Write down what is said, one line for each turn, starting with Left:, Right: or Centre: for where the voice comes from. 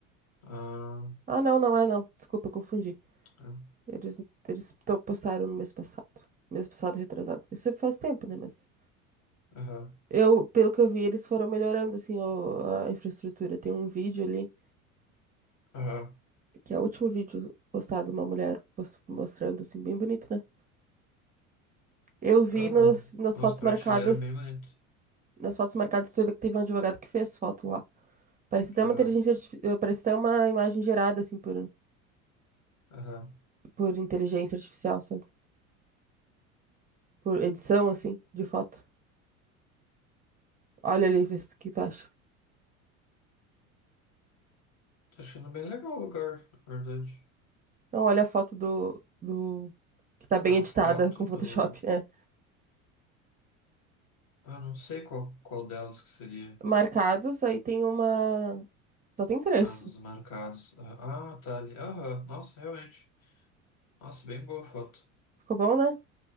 Left: Ah,
Right: Ah, não, não é não. Desculpa, confundi.
Left: é.
Right: Eles, eles to- postaram no mês passado. Mês passado, retrasado. Isso faz tempo, né? Mas
Left: aham,
Right: eu, pelo que eu vi, eles foram melhorando, assim, o- a infraestrutura. Tem um vídeo ali,
Left: aham,
Right: que é o último vídeo postado, uma mulher pos- mostrando, assim, bem bonito, né? Eu vi
Left: aham.
Right: nos, nas
Left: É
Right: fotos
Left: umas prateleiras
Right: marcadas,
Left: bem bonitas.
Right: nas fotos marcadas, tu vê que teve um advogado que fez foto lá. Parece até
Left: Aham,
Right: uma inteligência, artifi- eh, parece até uma imagem gerada, assim, por,
Left: aham.
Right: por inteligência artificial, sabe? Por edição, assim, de foto. Olha ali, vê se- o que tu acha.
Left: Tô achando bem legal o lugar, na verdade.
Right: Não, olha a foto do, do... que tá bem
Left: A
Right: editada
Left: foto
Right: com Photoshop.
Left: do.
Right: É.
Left: Ah, não sei qual, qual delas que seria.
Right: Marcados, aí tem uma. Só tem três.
Left: Ah, nos marcados. Ah, ah, tá ali. Aham, nossa, realmente. Nossa, bem boa foto.
Right: Ficou bom, né?